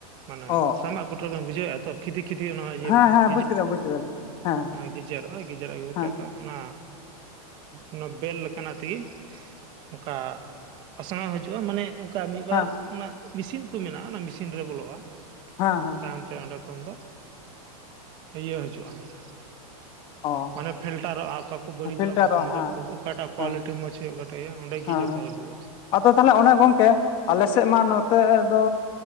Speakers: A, on the right (about 25°); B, on the left (about 25°).
A: ᱢᱟᱱᱮ
B: ᱚ
A: ᱥᱟᱢᱟᱜ
B: ᱚ
A: ᱠᱚᱴᱷᱳ ᱢᱟ ᱵᱩᱡᱷᱟᱹᱣ ᱟ-ᱛᱚ ᱠᱷᱤᱫᱤ ᱠᱷᱤᱫᱤ ᱚᱱᱟ ᱤᱭᱟᱹ
B: ᱦᱮᱸ
A: ᱢᱮᱱᱟᱜ-ᱟ
B: ᱦᱮᱸ ᱵᱩᱡ ᱠᱮᱫᱟ ᱵᱩᱡ ᱠᱮᱫᱟᱞᱤᱧ ᱦᱮᱸ
A: ᱜᱮᱡᱮᱨᱚᱜ-ᱟ ᱜᱮᱡᱮᱨᱚᱜ-ᱟ ᱜᱮᱡᱮᱨ ᱟᱹᱜᱩ ᱠᱟᱛᱮᱫ
B: ᱦᱮᱸ
A: ᱛᱚ ᱚᱱᱟ ᱚᱱᱟ ᱵᱮᱞ ᱞᱮᱠᱟᱱᱟᱜ ᱛᱮᱜᱮ <inaudible> ᱚᱱᱠᱟ <inaudible> ᱯᱟᱥᱱᱟᱣ ᱦᱤᱡᱩᱜ-ᱟ ᱢᱟᱱᱮ ᱠᱟ ᱢᱤᱫ ᱵᱟᱨ
B: ᱦᱮᱸ
A: ᱚᱱᱟ ᱢᱮᱥᱤᱱ ᱠᱚ ᱢᱮᱱᱟᱜ-ᱟ ᱚᱱᱟ ᱢᱮᱥᱤᱱ ᱨᱮ ᱵᱚᱞᱚᱜ-ᱟ᱾
B: ᱦᱮᱸ ᱦᱮᱸ
A: ᱛᱟᱭᱚᱢᱛᱮ ᱚᱸᱰᱮ ᱠᱷᱚᱱ ᱫᱚ ᱤᱭᱟᱹ ᱦᱤᱡᱩᱜ-ᱟ ᱢᱟᱭᱟ᱾
B: ᱚ
A: ᱢᱟᱱᱮ ᱯᱷᱤᱞᱴᱟᱨᱚᱜ-ᱟ ᱚᱠᱟ ᱠᱚ ᱵᱟᱹᱲᱤᱡᱚᱜ-ᱟ
B: ᱯᱷᱤᱞᱴᱟᱨᱚᱜᱼᱟ
A: ᱚᱠᱟ ᱠᱚ ᱢᱚᱡᱚᱜ
B: ᱦᱮᱸ
A: ᱠᱚ ᱚᱠᱟᱴᱟᱜ ᱠᱳᱣᱟᱞᱤᱴᱤ
B: ᱦᱮᱸ
A: ᱢᱚᱸᱡᱽ ᱦᱩᱭᱩᱜ ᱚᱠᱟᱴᱟᱜ ᱦᱩᱭᱩᱜ-ᱟ ᱚᱸᱰᱮ ᱜᱮ
B: ᱦᱮᱸ
A: ᱡᱚᱛᱚᱣᱟᱜ ᱦᱩᱭᱩᱜ-ᱟ᱾
B: ᱟᱫᱚ ᱛᱟᱦᱚᱞᱮ ᱚᱱᱮ ᱜᱚᱝᱠᱮ ᱟᱞᱮ ᱥᱮᱫ ᱢᱟ ᱱᱚᱛᱮ ᱫᱚ